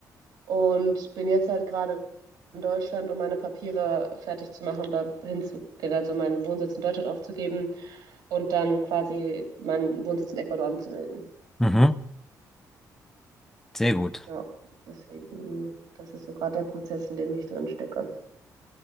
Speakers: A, on the right; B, in the centre.
A: und bin jetzt halt gerade in Deutschland, um meine Papiere fertig zu machen und da hinzugehen, also meinen Wohnsitz in Deutschland aufzugeben und dann quasi meinen Wohnsitz in Ecuador anzumelden.
B: Mhm. Sehr gut.
A: Ja, deswegen, das ist so gerade der Prozess, in dem ich drin stecke.